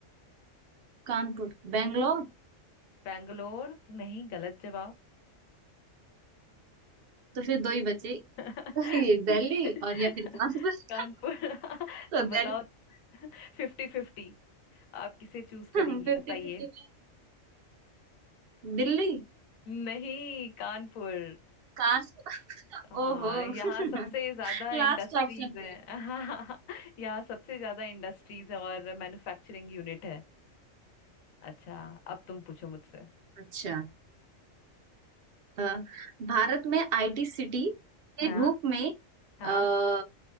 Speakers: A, on the right (about 55°); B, on the left (about 85°).
A: कानपुर बैंगलोर
B: बैंगलोर नहीं गलत जवाब
A: तो फिर दो ही बचे
B: <laughs>
A: ये दिल्ली और या फिर कानपुर <laughs>
B: कानपुर <laughs>
A: तो
B: तो
A: दिल्ली
B: बताओ फिफ्टी फिफ्टी आप किसे चूज
A: फिफ्टी
B: करेंगी बताइए
A: फिफ्टी में दिल्ली
B: नहीं कानपुर
A: कानपुर <laughs>
B: हाँ यहाँ
A: ओहो
B: सबसे ज्यादा
A: Last
B: इंडस्ट्रीज
A: option
B: है <laughs> हाँ यहाँ सबसे ज्यादा इंडस्ट्रीज है और मैन्युफैक्चरिंग यूनिट है अच्छा अब तुम पूछो मुझसे
A: अच्छा अ, भारत में आईटी सिटी के
B: हाँ
A: रूप में
B: हाँ
A: अ,